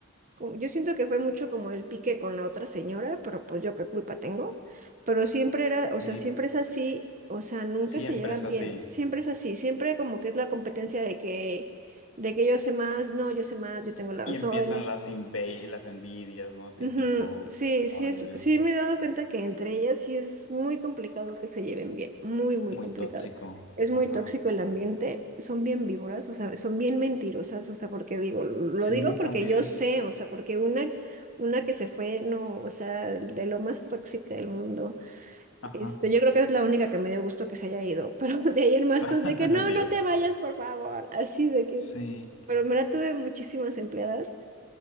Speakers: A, on the right (about 40°); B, on the left (about 75°).
A: como- Yo siento que fue mucho como el pique con la otra señora, pero pues yo qué culpa tengo. Pero siempre era, o
B: Sí,
A: sea, siempre es así, o sea, nunca
B: siempre
A: se llevan
B: es así.
A: bien, siempre es así, siempre como que es la competencia de que, de que yo sé más, no, yo sé más, yo tengo la
B: Y
A: razón.
B: empiezan las inve- las envidias, ¿no? Típico,
A: Ujú, Sí,
B: Ay,
A: sí es,
B: Dios,
A: sí
B: qué.
A: me he dado cuenta que entre ellas sí es muy complicado que se lleven bien, muy, muy
B: muy
A: complicado.
B: tóxico.
A: Es muy
B: Ajá.
A: tóxico el ambiente, son bien víboras, o sea, son bien mentirosas, o sea, porque digo, lo
B: Sí,
A: digo porque
B: también.
A: yo sé, o sea, porque una, una que se fue, no, o sea, de lo más tóxica del mundo,
B: Ajá.
A: este, yo creo que es la única que me dio gusto que se haya ido, <laughs> pero de ahí en más
B: <laughs>
A: todos de que no,
B: Dios.
A: no te vayas, por favor, así de que,
B: Sí.
A: pero en verdad tuve muchísimas empleadas.